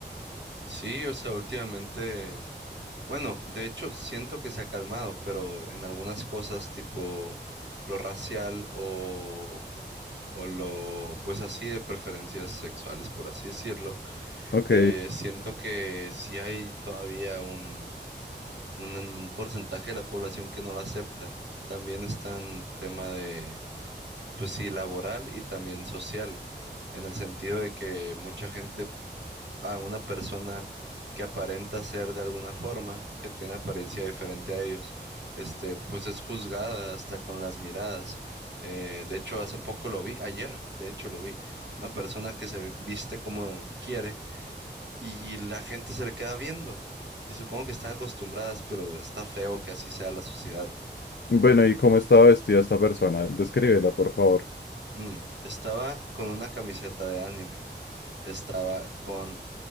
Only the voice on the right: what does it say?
Sí, o sea, últimamente, bueno, de hecho siento que se ha calmado, pero en algunas cosas tipo lo racial o, o lo, pues así de preferencias sexuales, por así decirlo,
eh, siento que sí hay todavía un, un porcentaje de la población que no lo acepta. También está en tema de, pues sí, laboral y también social en el sentido de que mucha gente a una persona que aparenta ser de alguna forma, que tiene apariencia diferente a ellos, este, pues es juzgada hasta con las miradas. Eh, de hecho, hace poco lo vi, ayer, de hecho lo vi, una persona que se viste como quiere y la gente se le queda viendo. Y supongo que están acostumbradas, pero está feo que así sea la sociedad.
Mm, estaba con una camiseta de anime, estaba con